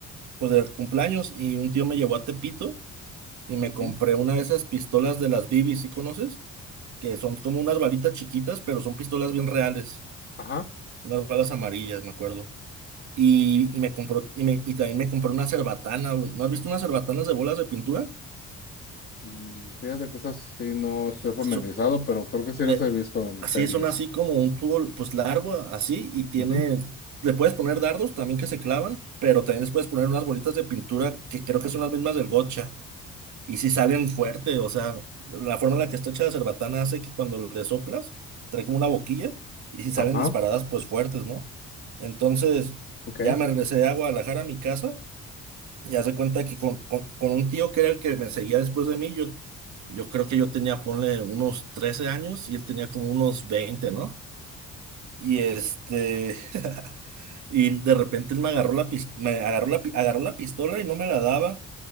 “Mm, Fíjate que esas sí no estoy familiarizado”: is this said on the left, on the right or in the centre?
Left